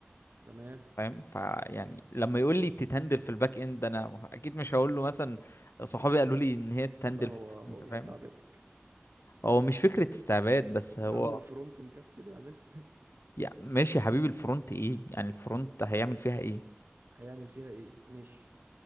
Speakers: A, on the right; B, on the left.
A: تمام
B: فاهم فيعني لما يقول لي تتهندل في الباك اند انا اكيد مش هقول له مثلا صحابي قالوا لي ان هي تتهندل
A: لا هو
B: في الفرونت
A: هو بيستعبدك
B: فاهم هو مش فكرة استعباد بس هو
A: يا عم الفرونت مكسل يعملها
B: يعني ماشي يا حبيبي الفرونت ايه يعني الفرونت هيعمل فيها ايه
A: هيعمل فيها ايه مش